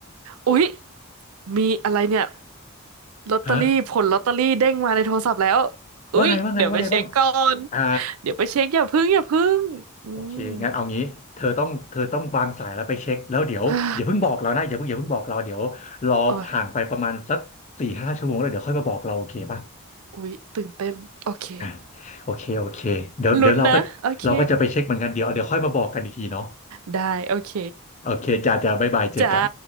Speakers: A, on the right (about 80°); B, on the left (about 35°).
A: อุ๊ยมีอะไรเนี่ย ลอตเตอรี่ผลลอตเตอรี่เด้งมาในโทรศัพท์แล้ว
B: <laughs> ฮะ ว่าไงว่าไงว่าไงบ้าง
A: อุ๊ยเดี๋ยวไปเช็คก่อน
B: อ่า
A: เดี๋ยวไปเช็คอย่าพึ่งอย่าพึ่งอืม
B: โอเคงั้นเอางี้เธอต้องเธอต้องวางสายแล้วไปเช็คแล้วเดี๋ยวอย่าเพิ่งบอกเรานะอย่าเพิ่งอย่าเพิ่งบอกเราเดี๋ยวรอผ่านไปประมาณสักสี่ห้าชั่วโมงแล้วเดี๋ยวค่อยมาบอกเราโอเคป่ะ
A: <sighs> ฮ่าโอ้ยอุ๊ยตื่นเต้นโอเค
B: อ่าโอเคโอเคเดี๋ยวเดี๋ยวเราก็เราก็จะไปเช็คเหมือนกันเดี๋ยวเดี๋ยวค่อยมาบอกกันอีกทีเนาะ
A: ลุ้นนะโอเคได้โอเค
B: โอเคจ้าจ้าบ๊ายบายเจอกัน
A: จ้า